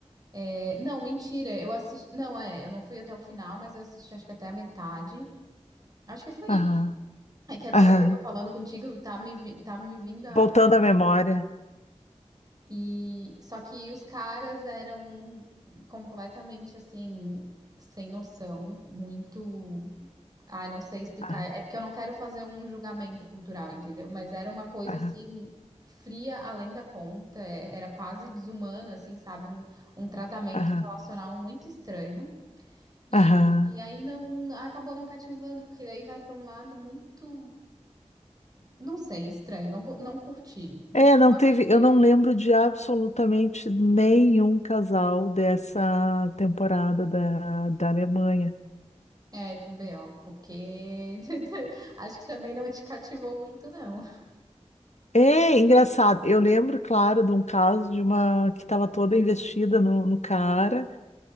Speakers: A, on the right; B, on the left.
A: é, não, mentira. Eu assisti. Não, é. Eu não fui até o final, mas eu assisti acho que até a metade. Acho que foi
B: Aham.
A: isso. É que agora
B: Aham.
A: que eu tô falando contigo, tá me, vi- tá me vindo a.
B: Voltando à memória.
A: E só que os caras eram completamente assim, sem noção, muito. Ai, não sei explicar.
B: Aham.
A: É porque eu não quero fazer um julgamento cultural, entendeu? Mas era uma coisa
B: Aham.
A: assim, fria além da conta, é- era quase desumano, assim, sabe? Um, um tratamento
B: Aham.
A: relacional muito estranho. E,
B: Aham.
A: e aí não acabou não cativando, porque daí vai pra um lado muito, não sei, estranho, não, cu- não curti. Tu
B: É,
A: chegou
B: não
A: a
B: teve.
A: assistir
B: Eu não
A: algum?
B: lembro de absolutamente nenhum casal dessa temporada da, da Alemanha.
A: É, tu vê, ó, porque <laughs> acho que também não te cativou muito, não.
B: É engraçado. Eu lembro, claro, de um caso de uma que estava toda investida no, no cara,